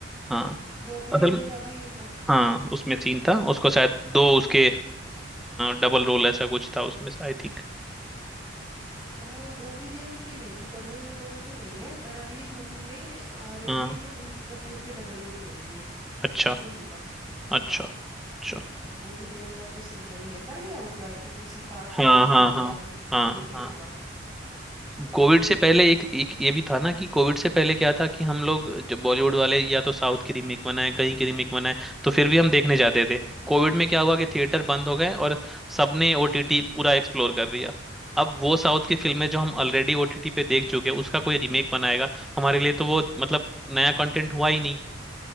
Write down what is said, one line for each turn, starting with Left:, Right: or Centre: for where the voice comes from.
Centre: हाँ
Right: बॉबी
Centre: असल
Right: देओल
Centre: में
Right: का भी मत
Centre: हाँ उसमें सीन था उसको शायद दो उसके डबल रोल ऐसा कुछ था उसमें आई थिंक
Right: अ, बॉबी देओल की नहीं डबल रोल तो नहीं है पर अगली मूवी में अ, रणवीर
Centre: हाँ
Right: कपूर कपूर के डबल रोल होंगे
Centre: अच्छा
Right: ऐसे होगा
Centre: अच्छा
Right: हाँ
Centre: अच्छा
Right: बॉबी देओल का तो सिंगल ही है मर गया वो तो आई थिंक उसी पार्ट वन
Centre: हाँ
Right: में
Centre: हाँ
Right: मर गया
Centre: हाँ
Right: अभी कुछ
Centre: हाँ
Right: और ही
Centre: हाँ
Right: होगा तो
Centre: कोविड से पहले एक एक ये भी था ना कि कोविड से पहले क्या था कि हम लोग जब बॉलीवुड वाले या तो साउथ की रीमेक बनाए कहीं की रीमेक बनाए तो फिर भी हम देखने जाते थे कोविड में क्या हुआ कि थिएटर बंद हो गए और सबने ओटीटी पूरा एक्सप्लोर कर दिया अब वो साउथ की फिल्में जो हम ऑलरेडी ओटीटी पे देख चुके हैं उसका कोई रीमेक बनाएगा हमारे लिए तो वो मतलब नया कंटेंट हुआ ही नहीं